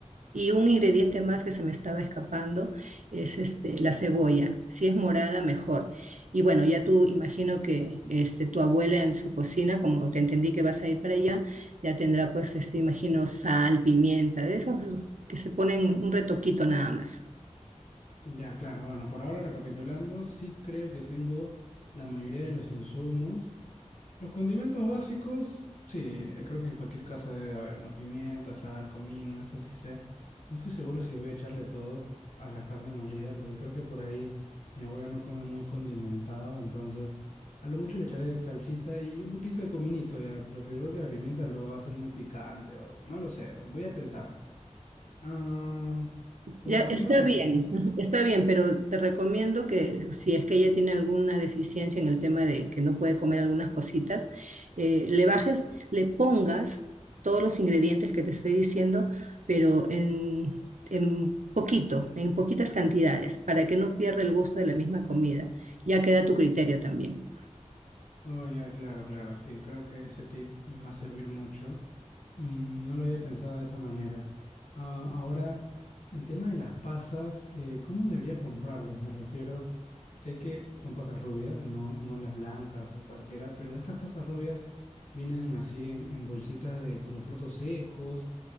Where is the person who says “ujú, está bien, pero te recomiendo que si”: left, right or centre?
Right